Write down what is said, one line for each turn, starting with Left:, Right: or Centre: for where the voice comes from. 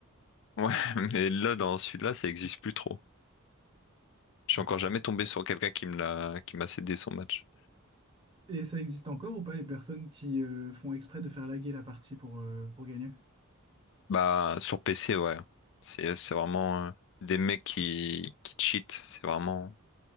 Left: Ouais, <laughs> mais là, dans celui-là, ça existe plus trop. Je
Right: Ah.
Left: suis encore jamais tombé sur quelqu'un qui me l'a, qui m'a cédé son match.
Right: Et ça existe encore ou pas les personnes qui euh, font exprès de faire laguer la partie pour, euh, pour gagner?
Left: Bah, sur PC, ouais. C'est, c'est vraiment euh, des mecs qui, qui cheatent. C'est vraiment.